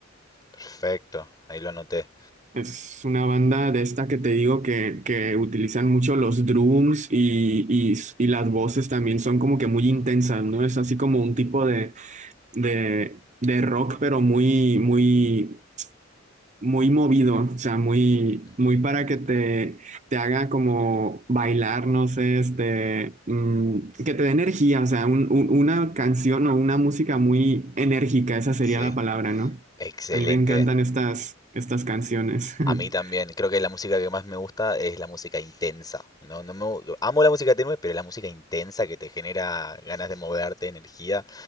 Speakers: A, on the left (about 20°); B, on the right (about 35°).
A: perfecto, ahí lo anoté.
B: Es una banda de esta que te digo que, que utilizan mucho los drums y, y, y las voces también son como que muy intensas, ¿no? Es así como un tipo de, de, de rock, pero muy, muy muy movido, o sea, muy,
A: Ujú,
B: muy para que te, te haga como bailar, no sé, este, mm, que te dé energía, o sea, un- un- una canción o una música muy enérgica, esa sería
A: Sí,
B: la palabra, ¿no?
A: excelente.
B: A mí me encantan estas, estas canciones. <laughs>
A: A mí también, creo que la música que más me gusta es la música intensa. No, no me gu- amo la música tenue, pero la música intensa que te genera ganas de moverte, energía,